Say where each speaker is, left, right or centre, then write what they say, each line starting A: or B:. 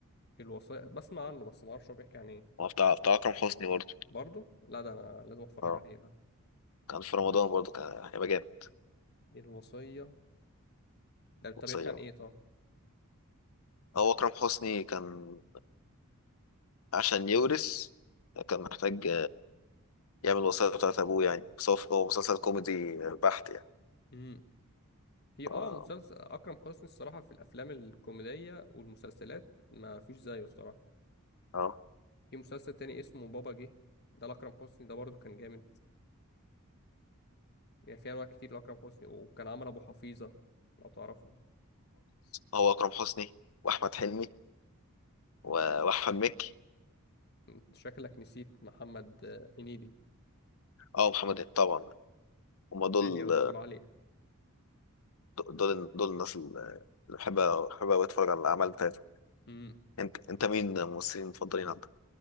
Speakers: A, on the left; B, on the left.
A: الوصية بسمع عنه بس ما اعرفش هو بيحكي عن ايه
B: هو بتاع بتاع اكرم حسني برضه
A: برضه لا ده انا لازم اتفرج
B: اه
A: عليه ده
B: كان في رمضان برضه كان هيبقى جامد
A: الوصية ده طب
B: الوصيه
A: بيحكي عن
B: آه،
A: ايه طب
B: هو اكرم حسني كان عشان يورث كان محتاج يعمل الوصية بتاعت أبوه يعني بس هو هو مسلسل كوميدي بحت يعني
A: امم في
B: اه
A: اه مسلسل اكرم حسني الصراحة في الافلام الكوميدية والمسلسلات ما فيش زيه الصراحة
B: آه.
A: في مسلسل تاني اسمه بابا جه ده لاكرم حسني ده برضه كان جامد يعني في انواع كتير لاكرم حسني وكان عمل ابو حفيظة لو تعرفه
B: هو أكرم حسني وأحمد حلمي و- وأحمد مكي
A: أنت شكلك نسيت محمد آه، هنيدي
B: اه محمد هنيدي طبعا هما دول
A: بالي ودماغه عالية
B: دول دول الناس اللي بحب بحب أوي أتفرج على الأعمال بتاعتهم
A: امم
B: أنت أنت مين الممثلين المفضلين عندك؟